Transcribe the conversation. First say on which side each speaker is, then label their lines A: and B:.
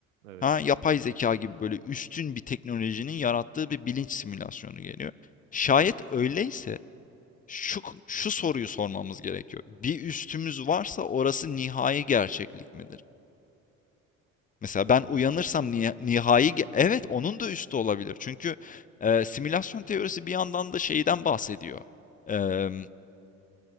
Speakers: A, on the right (about 85°); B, on the left (about 20°).
A: Evet.
B: Ha, yapay zeka gibi böyle üstün bir teknolojinin yarattığı bir bilinç simülasyonu geliyor. Şayet öyleyse şu, şu soruyu sormamız gerekiyor. Bir üstümüz varsa orası nihai gerçeklik midir? Mesela
A: Onun
B: ben uyanırsam
A: da üstü olabilir.
B: niha- nihai ge- evet onun da üstü olabilir. Çünkü e, simülasyon teorisi bir yandan da şeyden bahsediyor. Eee,